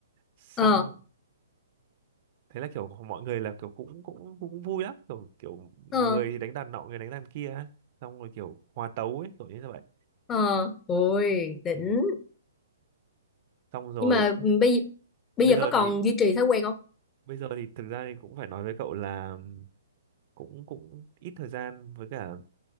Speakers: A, on the right (about 45°); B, on the left (about 20°).
A: Xong
B: ờ
A: thế là kiểu mọi người là kiểu cũng cũng cũng vui lắm kiểu kiểu người
B: ờ
A: đánh đàn nọ người đánh đàn kia xong rồi kiểu hòa tấu ấy kiểu như vậy
B: ờ ôi đỉnh
A: Ừ. xong rồi
B: nhưng mà ừ, bây bây
A: bây
B: giờ
A: giờ
B: có còn
A: thì
B: duy trì thói quen không
A: bây giờ thì thực ra thì cũng phải nói với cậu là ừm, cũng cũng ít thời gian với cả